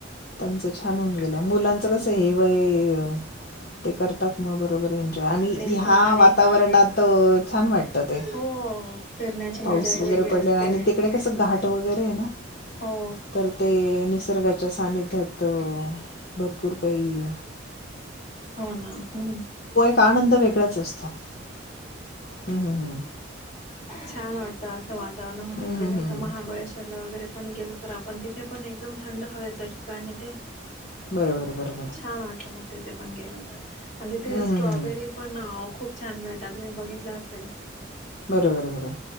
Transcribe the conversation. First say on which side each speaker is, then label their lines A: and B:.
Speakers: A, on the left; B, on the left.
A: त्यांच छान होऊन गेलं मुलांचं
B: हम्म
A: कस हे वय ते करतात मग बरोबर एन्जॉय आणि
B: तेच
A: ह्या
B: ना आणि
A: वाता वरणात छान वाटत ते
B: हो फिरण्याची मजाच
A: पाऊस वगैरे
B: वेगळी असते
A: पडले आणि तिकडे कस घाट वगैरे आहे ना
B: हो
A: तर ते निसर्गाच्या सानिध्यात तर भरपूर काही
B: हो ना ह्
A: का आनंद वेगळाच असतो <unintelligible> ह हं हं
B: छान वाटतं असं वातावरणामध्ये
A: हम्म
B: म्हणजे
A: हम्म
B: नाही
A: हम्म
B: का महाबळेश्वरला वगैरे आपण गेलो तर आपण तिथे पण एकदम थंड हवेचं ठिकाण आहे ते
A: बरोबरं बरोबर
B: छान वाटलं मग तिथे पण गेलो <unintelligible> आणि तिथे
A: हम्म
B: स्ट्रॉबेरी
A: हम्म हम्म
B: पण खूप छान मिळत तुम्ही बघितल असेल
A: बरोबर बरोबर